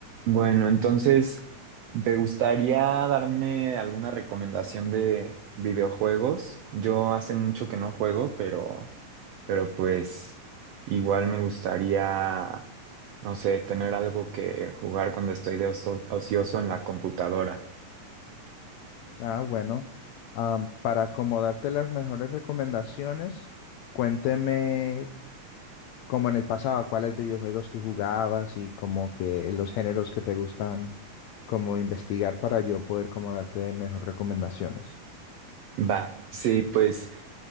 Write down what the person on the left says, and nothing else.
Ah, bueno, am, para acomodarte las mejores recomendaciones, cuénteme como en el pasado, cuáles videojuegos tú jugabas y como que los géneros que te gustan, como investigar para yo poder como darte mejores recomendaciones.